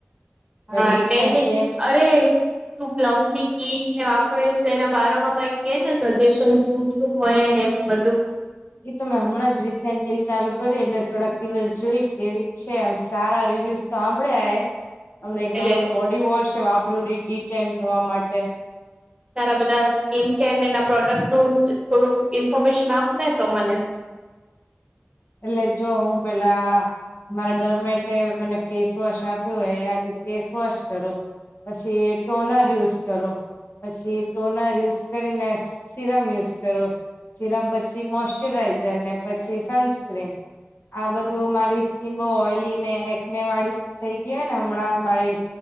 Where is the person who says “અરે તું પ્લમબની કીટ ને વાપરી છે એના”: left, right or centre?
Right